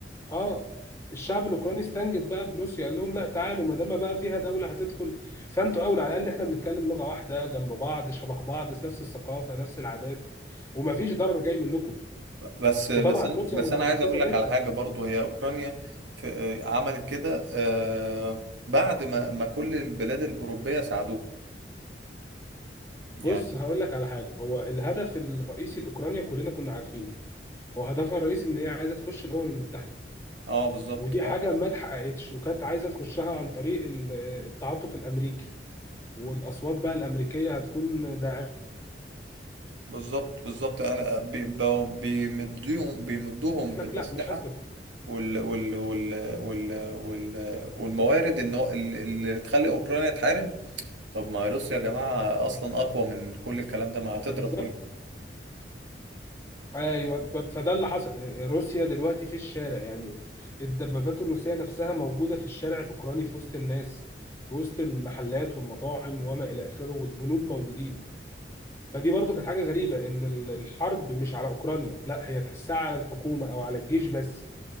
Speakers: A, on the left; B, on the right.
A: اه الشعب الاوكراني استنجد بقى بروسيا قال لهم لا تعالوا ما دام بقى فيها دوله هتدخل فانتوا اولى على الاقل احنا بنتكلم لغه واحده جنب بعض شبه بعض نفس الثقافه نفس العادات ومفيش ضرر جاي منكم
B: بس بس
A: وطبعا
B: انا
A: روسيا
B: بس
A: متحفزه
B: انا عايز اقول
A: جدا
B: لك على حاجه برضو هي اوكرانيا في... عملت كده آه، بعد ما ما كل البلاد الاوروبيه ساعدوهم يعني
A: بص هقول لك على حاجه هو الهدف الرئيسي لاوكرانيا كلنا كنا عارفينه هو هدفها الرئيسي ان هي عايزه تخش الامم المتحده
B: اه بالظبط
A: ودي
B: آه.
A: حاجه ما اتحققتش وكانت عايزه تخشها عن طريق ال- التعاطف الامريكي والاصوات بقى الامريكيه هتكون داعمه
B: بالظبط بالظبط انا بي- بو- بيمدوهم بيمدوهم
A: قالت
B: بالاسلحه
A: لك لا مش هسكت
B: وال وال وال وال وال والموارد ان هو اللي اللي تخلي اوكرانيا تحارب طب ما روسيا يا جماعه اصلا اقوى من كل الكلام ده ما هتضرب
A: أي بالظبط
B: كل ده
A: ايوه ف- فده اللي حصل روسيا دلوقتي في الشارع يعني الدبابات الروسيه نفسها موجوده في الشارع الاوكراني في وسط الناس في وسط المحلات والمطاعم وما الى اخره والجنود موجودين فدي برضو كانت حاجه غريبه ان ال- الحرب مش على اوكرانيا لا هي تحسها على الحكومه او على الجيش بس